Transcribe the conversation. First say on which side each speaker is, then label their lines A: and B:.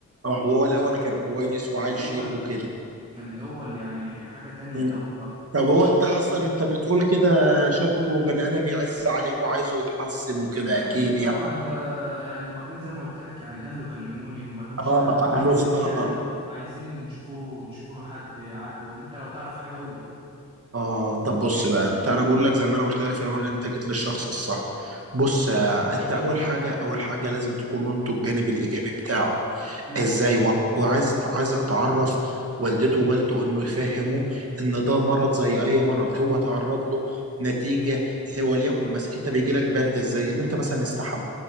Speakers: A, on the right; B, on the right.
A: اه وهو
B: الاول
A: الاول كان كويس وعيل
B: الاول
A: شيك وكده
B: كان الاول يعني حاجة تانية
A: مم.
B: ده هو
A: طب هو انت اصلا انت بتقول كده شكله بني ادم يعز عليك وعايزه يتحسن وكده
B: اه
A: اكيد
B: اكيد
A: يعني
B: طبعا ده يعني وبعدين زي ما قلت لك يعني اهله كلموني وما لهمش
A: اه
B: حد وعايزين
A: اهله استا-
B: يعني عايزين نشوفوه نشوفوا له حد يعالجه انت لو تعرف حاجه قول لي
A: اه طب بص بقى انت انا بقول لك زي ما انا قلت لك في الاول ان انت جيت للشخص الصح بص
B: قول يا
A: آه،
B: صاحبي
A: انت اول حاجه اول حاجه لازم تكونوا انتوا الجانب الايجابي بتاعه
B: امم
A: ازاي وع- وعايز عايزك تعرف والدته ووالده انه يفهموه ان ده مرض زي اي مرض هو اتعرض له نتيجه وليكن مثلا انت بيجي لك برد ازاي اللي انت مثلا استحمى